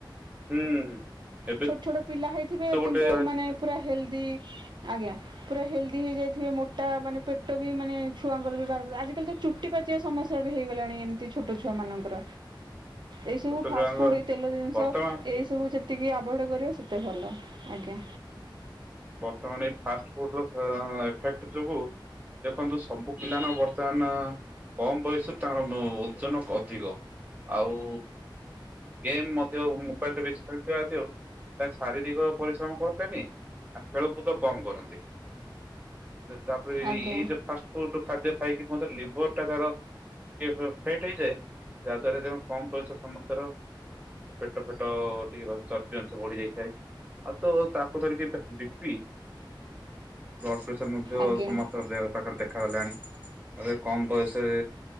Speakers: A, on the right; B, on the right.
A: ହୁଁ। ଏବେ
B: ଛୋଟ ଛୋଟ ପିଲା ହେଇଥିବେ
A: ତ ଗୋଟେ
B: କିନ୍ତୁ ମାନେ ପୁରା ହେଲଦି ଆଜ୍ଞା ପୁରା ହେଲ୍ଦି ହେଇଯାଇଥିବେ ମୋଟା ମାନେ ପେଟ ବି ମାନେ ଛୁଆଙ୍କର ବି ବାହାର ଆଜି କାଲି ତ ଚୁଟି ପାଚିବା ସମସ୍ୟା ବି ହେଇଗଲାଣି ଏମତି ଛୋଟ ଛୁଆ ମାନଙ୍କର। ଏଇ ସବୁ
A: ଛୋଟ
B: ଫାଷ୍ଟ
A: ଛୁଆଙ୍କ
B: ଫୁଡ ଏ ତେଲ ଜିନିଷ
A: ବର୍ତ୍ତମାନ
B: ଏଇ ସବୁ ଯେତେ ଯେତିକି ଅଭଏଡ୍ କରିବ ସେତେ ଭଲ ଆଜ୍ଞା।
A: ବର୍ତ୍ତମାନ ଏଇ ଫାଷ୍ଟ ଫୁଡ ର ଏଫେକ୍ଟ ଯୋଗୁ ଦେଖନ୍ତୁ ସବୁ ପିଲାମାନ ବର୍ତ୍ତମାନ କମ ବୟସରୁ ତାଙ୍କର ଓଜନ ଅଧିକ ଆଉ ଗେମ୍ ମଧ୍ୟ ମୋବାଇଲରେ ବେଶୀ ଖେଳୁଥିବା ରୁ ଶାରୀରିକ ପରିଶ୍ରମ କରିଲେନି ଆଉ ଖେଳକୁଦ କମ କରନ୍ତି। ତାପରେ
B: ଆଜ୍ଞା
A: ଏଇ ଯଉ ଫାଷ୍ଟ ଫୁଡ ଖାଦ୍ୟ ଖାଇକି ଲିଭର ଟା ତାର ଟିକେ ଫେଟ ହେଇଯାଏ ଯାହା ଦ୍ଵାରା କମ ବୟସରେ ସମସ୍ତେର ପେଟ ଫେଟ ଟିକେ ଚ ଅଂଶ ବଢି ଯାଇଥାଏ। ଆଉ ତ ତାକୁ ଧରିକି ବିପି ବ ସର ମଧ୍ୟ
B: ଆଜ୍ଞା
A: ସମସ୍ତଙ୍କର ଦେହପାଖରେ ଦେଖାଗଲାଣି। କମ ବୟସରେ